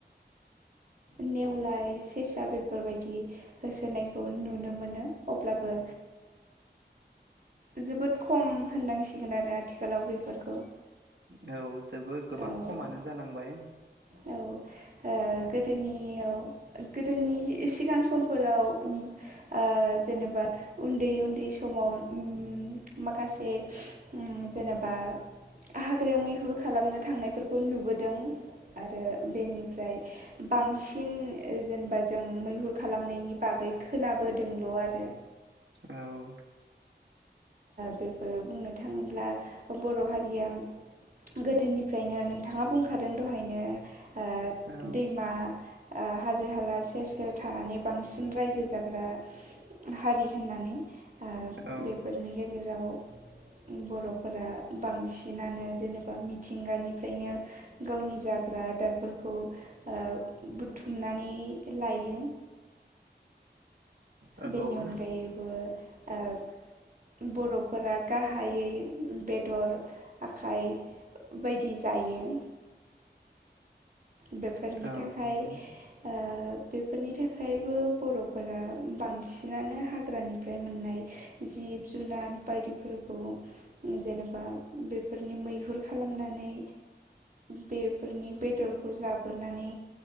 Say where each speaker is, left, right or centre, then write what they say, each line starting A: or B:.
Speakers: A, on the right; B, on the right.
A: नेवलाय सेसा बेफोरबायदि होसोनायखौ नुनो मोन अब्लाबो जोबोद खम होननांसिगोन आरो। आथिखालाव बेफोरखौ
B: औ जोबो गोबां
A: औ
B: खमानो जालांबाय।
A: औ ओ-गोदोनियाव गोदोनि सिगां समफोराव। ओ-जेनेबा उन्दै उन्दै समाव उम माखासे उम जेनेबा हाग्रायाव मैहुर खालामनो थांनायफोरखौ नुबोदों। आरो बेनिफ्राय बांसिन जेनेबा जों मैहुर खालामनायनि बागै। खोनाबोदोंल आरो
B: औ
A: बेफोरो बुंनो थांङोब्ला बर हारिया। गोदोनिफ्रायनो नोंथांङा बुंखादों दहायनो। ओ-दैमा
B: औ
A: हाजो हाला सेर सेर थानानै बांसिन रायजो जाग्रा हारि होननानै। ओ-बेफोरनि
B: औ
A: गेजेराव। बरफोरा बांसिनानो जेनेबा मिथिंगानिफ्रायनो गावनि जा आदारफोरखौ ओ-बुथुमनानै लायो।
B: औ
A: बेनि अनगायैबो ओब बरफोरा गाहायै बेदर। आखाइ बायदि जायो। बेफोरनि
B: औ
A: थाखाय।
B: नंगौ
A: ओ-बेफोरनि थाखायबो बरफोरा बांसिनानो हाग्रानि ओमफ्राय मोननाय जिब जुनार बायदिफोरखौ जेनेबा बेफोरनि मैहुर खालामनानै बेफोरनि बेदर खौ जाबोनानै